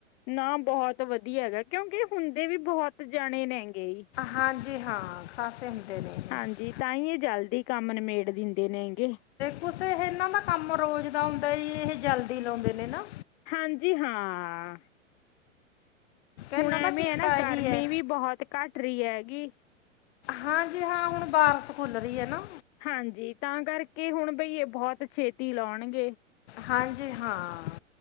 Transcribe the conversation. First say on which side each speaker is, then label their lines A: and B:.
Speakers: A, on the left; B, on the left.
A: ਨਾ ਬਹੋਤ ਵਧੀਆ ਹੈਗਾ, ਕਿਉਂਕਿ ਹੁੰਦੇ ਵੀ ਬਹੋਤ ਜਾਣੇ ਨੇ ਗੇ ਈ।
B: ਹਾਂਜੀ ਹਾਂ। ਫ਼ਸੇ ਹੁੰਦੇ ਨੇ।
A: ਹਾਂਜੀ,
B: ਇਹ
A: ਤਾਂ ਈ ਏਹ ਜਲਦੀ ਕੰਮ ਨਿਮੇੜ ਦਿੰਦੇ ਨੇ ਹੈਗੇ।
B: ਕੁਸ ਇਹਨਾਂ ਦਾ ਕੰਮ ਰੋਜ਼ ਦਾ ਹੁੰਦਾ, ਇਹਏ ਜਲਦੀ ਲਾਉਂਦੇ ਨੇ ਨਾ।
A: ਹਾਂਜੀ ਹਾਂ। ਹੁਣ
B: ਇਹਨਾਂ
A: ਐਵੇਂ
B: ਦਾ ਕਿੱਤਾ
A: ਹੈ ਨਾ,
B: ਇਹੀ
A: ਗਰਮੀ
B: ਹੈ
A: ਵੀ ਬਹੋਤ ਘੱਟ ਰਈ ਹੈਗੀ।
B: ਹਾਂਜੀ ਹਾਂ ਹੁਣ ਬਾਰਸ ਕੂਲ ਰਹੀ ਏ ਨਾ।
A: ਹਾਂਜੀ, ਤਾਂ ਕਰਕੇ ਹੁਣ ਬਈਏ ਬਹੋਤ ਛੇਤੀ ਲਾਉਣਗੇ।
B: ਹਾਂਜੀ ਹਾਂ।